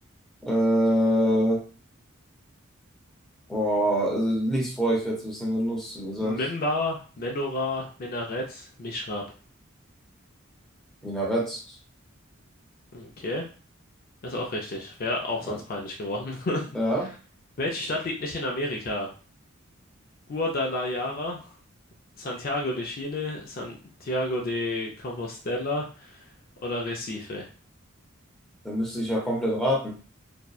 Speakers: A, in the centre; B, on the left.
A: Äh, boah, also lies vor, ich werde es ein bisschen genutzt, wenn du sagst.
B: Mimbar, Menorah, Minarett, Mihrab.
A: Minarett.
B: Okay, ist auch richtig. Wäre auch sonst
A: Ja.
B: peinlich geworden. <laughs>
A: Ja,
B: Welche Stadt liegt nicht in Amerika? Guadalajara, Santiago de Chile, Santiago de Compostela oder Recife?
A: dann müsste ich ja komplett raten.